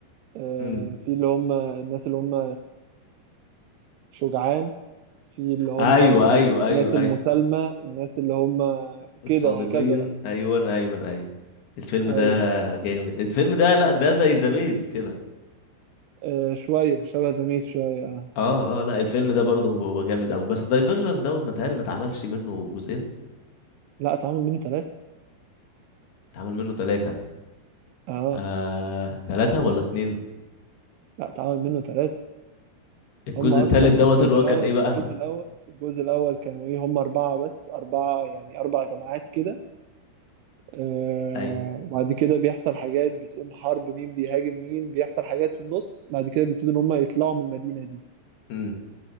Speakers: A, on the right; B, on the left.
A: آه،
B: امم
A: في اللي هم الناس اللي هم الشجعان في اللي هم
B: ايوه ايوه ايوه
A: الناس المسالمة
B: ايوه
A: الناس اللي هم
B: الصادقين
A: كده وهكذا بقى
B: ايوه ايوه ايوه الفيلم
A: ايوه
B: ده جامد الفيلم ده لا ده زي ذا ميز كده
A: آه شوية شبه دميت شوية آه.
B: اه اه لا الفيلم ده برضه هو جامد قوي بس دايفرجن دوت متهيألي ما اتعملش منه جزئين
A: لا اتعمل منه ثلاثة
B: اتعمل منه ثلاثة
A: اه
B: آه ثلاثة ولا اتنين
A: لا اتعمل منه ثلاثة
B: الجزء
A: هم اصلا
B: الثالث دوت
A: في الجزء
B: اللي هو
A: الاول
B: كان ايه بقى
A: في الجزء الاول في الجزء الاول كانوا ايه هم اربعة بس اربعة يعني اربع جماعات كده آه
B: ايوه
A: بعد كده بيحصل حاجات بتقوم حرب مين بيهاجم مين بيحصل حاجات في النص بعد كده بيبتدوا ان هم يطلعوا من المدينة دي
B: امم